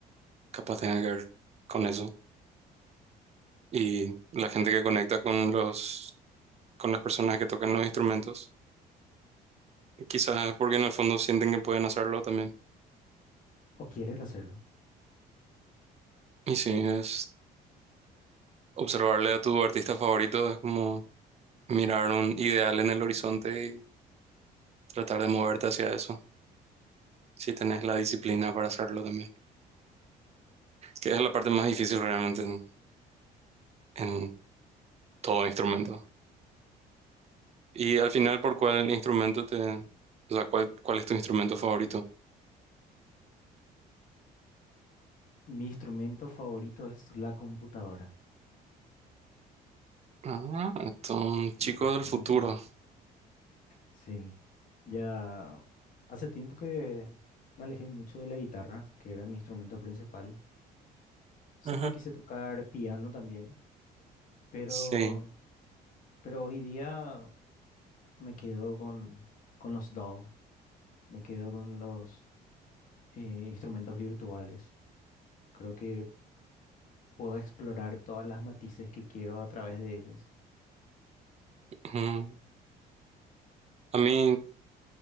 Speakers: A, on the right (about 40°); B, on the left (about 50°).
A: Capaz tenga que ver con eso. Y la gente que conecta con los, con las personas que tocan los instrumentos, quizás es porque en el fondo sienten que pueden hacerlo también.
B: ¿O quieres hacerlo?
A: Y sí, es observarle a tu artista favorito, es como mirar un ideal en el horizonte y tratar de moverte hacia eso, si tenés la disciplina para hacerlo también. Que es la parte más difícil realmente en, en todo instrumento. Y al final, ¿por cuál instrumento te... O sea, ¿cuál, cuál es tu instrumento favorito?
B: Mi instrumento favorito es la computadora.
A: Ah, un chico
B: <laughs>
A: del futuro.
B: Sí, ya hace tiempo que me alejé mucho de la guitarra, que era mi instrumento principal. Siempre
A: Ajá.
B: quise tocar piano también, pero,
A: Sí.
B: pero hoy día me quedo con, con los DAW, me quedo con los eh, instrumentos virtuales. Creo que puedo explorar todas las matices que quiero a través de ellos.
A: Mm. A mí,